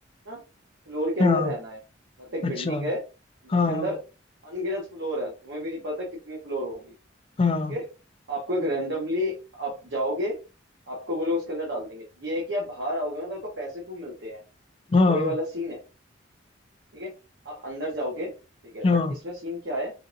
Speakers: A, on the right (about 65°); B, on the left (about 30°).
A: ना फ्लोर के अंदर
B: हाँ हाँ,
A: रहना है मतलब एक
B: अच्छा
A: बिल्डिंग है जिसके
B: हाँ हाँ
A: अंदर अनगिनत फ्लोर है तुम्हें भी नहीं पता कितनी फ्लोर होगी
B: हाँ
A: ठीक है आपको एक रेंडमली आप जाओगे आपको वो लोग उसके अंदर डाल देंगे ये है कि आप बाहर आओगे ना तो आपको पैसे खूब मिलते हैं
B: हाँ
A: तो वही वाला सीन है ठीक है आप अंदर जाओगे ठीक है
B: हाँ।
A: बट इसमें सीन क्या है